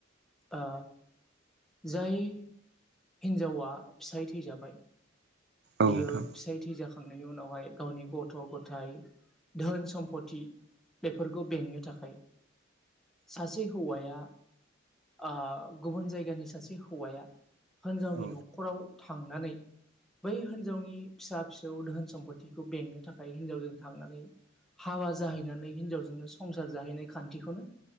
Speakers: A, in the centre; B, on the right.
A: ओ जाय हिनजावा फिसाय थैजाबाय बियो
B: औ नोंथां
A: फिसाय थैजाख खांनायनि उनावहाय गावनि गथ' गथायाइ धोन सम्फथि बेफोरखौ बेंनो थाखाय सासे हौवाया आ गुबुन जायगानि सासे हौवाया हिनजावनि
B: औ
A: न'खराव थांनानै बै हिनजावनि फिसा फिसौ दोहोन सम्पतिखौ बेंनो थाखाय हिनजावजों थांनानै हाबा जाहैनानै हिनजावजोंनो संसार जाहैनाय खान्थिखौनो